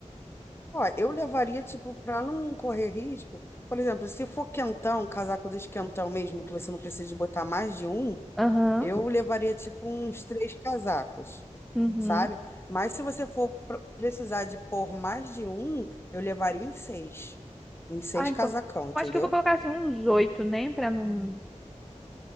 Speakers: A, on the left; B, in the centre.
A: Ó, eu levaria, tipo, para não correr risco. Por exemplo, se for quentão, casaco dos quentão mesmo, que você não precisa de botar mais de um,
B: Aham,
A: eu levaria, tipo, uns três casacos.
B: uhum.
A: sabe? Mas se você for pr- precisar de pôr mais de um, eu levaria uns seis. Uns seis
B: Ah, então,
A: casacão, entendeu?
B: eu acho que eu vou colocar assim uns oito, né? Para não.